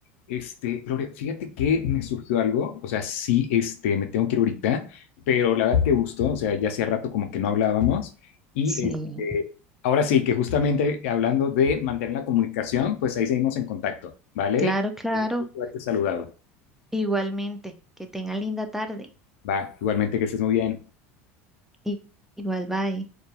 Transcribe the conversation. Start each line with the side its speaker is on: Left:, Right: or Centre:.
Left: Este, Gloria, fíjate que me surgió algo, o sea, sí, este, me tengo que ir ahorita, pero la verdad que gustó, o sea, ya hacía rato como que no hablábamos y
Centre: Sí,
Left: este, ahora sí, que justamente hablando de mantener la comunicación, pues ahí seguimos en contacto, ¿vale?
Centre: claro, claro.
Left: Es un gusto Haberte saludado.
Centre: Igualmente, que tenga linda tarde.
Left: Va, igualmente que estés muy bien.
Centre: I- Igual, bye.